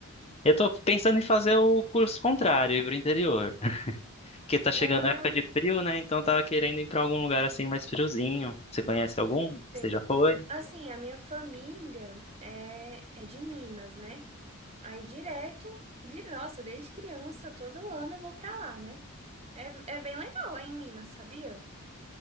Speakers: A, on the left; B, on the right.
A: Eu tô pensando em fazer o curso contrário, ir pro interior, <laughs> porque tá chegando
B: Ah,
A: a época de frio, né? Então eu tava querendo ir pra algum lugar assim mais friozinho. Você conhece algum? Você
B: sei.
A: já foi?
B: Assim, a minha família é, é de Minas, né? Aí direto, de nossa, desde criança, todo ano eu vou pra lá, né? É, é bem legal lá em Minas, sabia?